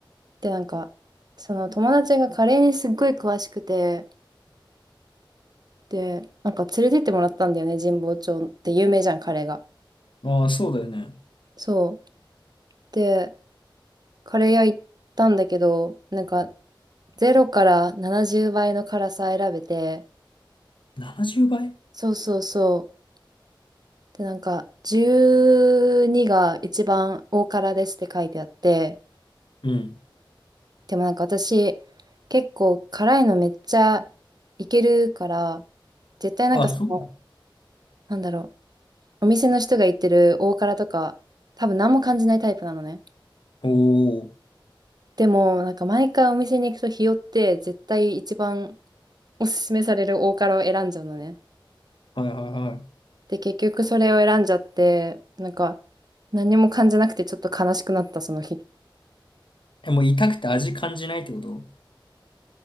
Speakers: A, on the right; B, on the left.
A: でなんかその友達がカレーにすっごい詳しくて、でなんか連れてってもらったんだよね、神保町って有名じゃん、カレーが。
B: ああ、そうだよね。
A: そう。で、カレー屋行ったんだけど、なんかゼロから70倍の辛さ選べて、
B: 70倍うばい
A: そうそうそう。で、なんか、12が一番大辛ですって書いてあって、
B: うん。
A: でもなんか私、結構辛いのめっちゃいけるから、絶対なんかその、
B: あ、そう。
A: なんだろう、お店の人が言ってる大辛とか、多分何も感じないタイプなのね。
B: おお。
A: でも、なんか毎回お店に行くと日和って、絶対一番おすすめされる大辛を選んじゃうのね。
B: はいはいはい。
A: で、結局それを選んじゃって、なんか、何も感じなくてちょっと悲しくなった、その日。
B: え、もう痛くて味感じないってこと